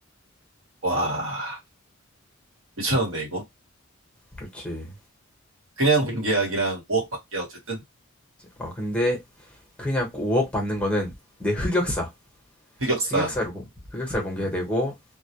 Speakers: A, on the right (about 70°); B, in the centre.
A: 와, 미쳤는데 이거.
B: 그렇지.
A: 그냥 공계약이랑 5억 받기야 어쨌든
B: 어, 근데 그냥 5억 받는 거는 내 흑역사,
A: 흑역사.
B: 흑역사를 공- 흑역사를 공개해야
A: 음.
B: 되고